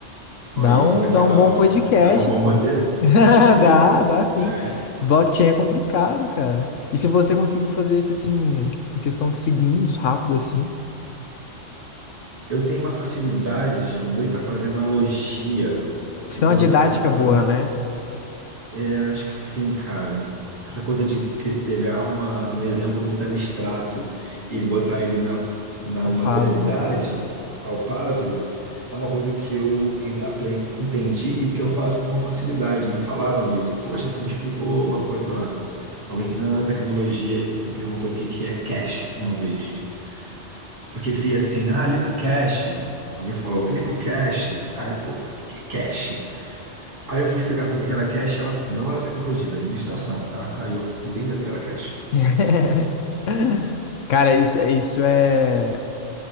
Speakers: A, on the right; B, on the left.
A: aí,
B: Dá um,
A: será que
B: dá
A: já
B: um
A: dava
B: bom
A: um,
B: podcast,
A: dava um bom
B: pô.
A: roteiro?
B: <laughs>
A: Aí,
B: Dá, dá sim.
A: é,
B: Blockchain é complicado, cara. E se você conseguiu fazer isso assim, em questão de segundos, rápido assim.
A: Eu tenho uma facilidade de descobrir para fazer analogia de
B: Isso
A: coisas
B: é uma didática
A: da computação.
B: boa, né?
A: É, acho que sim, cara. Essa coisa de cri- pegar uma, um exemplo muito abstrato e botar ele na, na
B: Palpável.
A: materialidade palpável é uma coisa que eu en- apren- entendi e que eu faço com uma facilidade. Me falaram isso. Poxa, você me explicou uma coisa, sei lá. Alguém que não é da tecnologia me perguntou o que que é cache uma vez. Porque vi assim, né, ah, limpo cache. Alguém falou, limpa o cache. Aí, pô, eu falei, o que que é cache? Aí eu fui explicar pra pessoa o que era cache, ela não era tecnologia, era administração. Ela saiu entendendo o que era cache.
B: <laughs> Cara, isso, isso é.